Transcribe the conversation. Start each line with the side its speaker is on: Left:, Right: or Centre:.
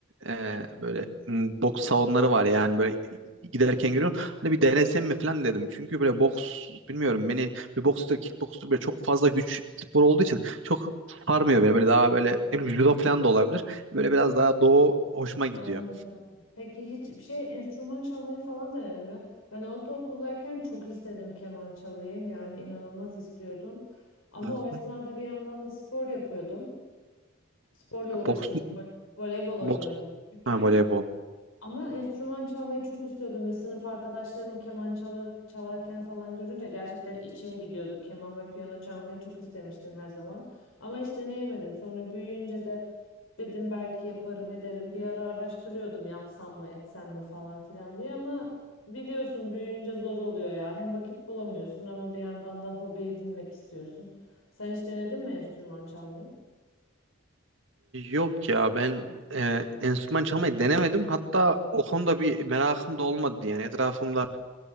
Right: e, böyle hmm, boks salonları var yani böyle giderken görüyorum. Hani bir denesem mi falan dedim. Çünkü böyle boks bilmiyorum beni bir bokstur kickbokstur böyle çok fazla güç spor olduğu için çok sarmıyor beni. Böyle daha böyle ne bileyim judo falan da olabilir. Böyle biraz daha doğu hoşuma gidiyor.
Left: Anladım. Peki hiç şey enstrüman çalmayı falan denedin mi? Ben ortaokuldayken çok istedim keman çalayım yani inanılmaz istiyordum. Ama
Right: Hı
Left: o esnada
Right: hı.
Left: bir yandan da spor yapıyordum. Sporla uğraşıyordum.
Right: Boks,
Left: vo- Voleybol oynuyordum
Right: boks,
Left: küçükken.
Right: ha, voleybol.
Left: Ama enstrüman çalmayı çok istiyordum ve sınıf arkadaşlarımı keman çalar, çalarken falan görünce gerçekten içim gidiyordu. Keman ve piyano çalmayı çok istemiştim her zaman. Ama hiç deneyemedim. Sonra büyüyünce de dedim belki yaparım ederim. Bir ara araştırıyordum yapsam mı etsem mi falan filan diye ama biliyorsun büyüyünce zor oluyor ya. Hem vakit bulamıyorsun ama bir yandan da hobi edinmek istiyorsun. Sen hiç denedin mi enstrüman çalmayı?
Right: Yok ya ben e, enstrüman çalmayı denemedim. Hatta o konuda bir merakım da olmadı yani. Etrafımda